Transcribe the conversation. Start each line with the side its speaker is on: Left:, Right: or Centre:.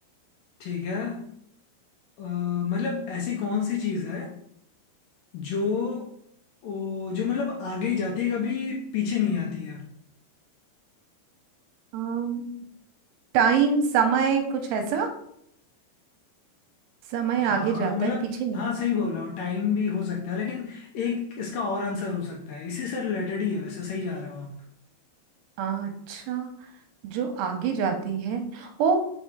Left: ठीक है अ, मतलब ऐसी कौन सी चीज है जो ओ, जो मतलब आगे ही जाती है कभी पीछे नहीं आती है
Right: अम्म, टाइम समय कुछ ऐसा समय
Left: हाँ
Right: आगे जाता
Left: मतलब
Right: है पीछे नहीं
Left: हाँ सही बोल रहा हो टाइम भी हो सकता है लेकिन एक इसका और आंसर हो सकता है इसी से रिलेटेड ही है वैसे सही जा रहे हो आप
Right: अच्छा जो आगे जाती है ओ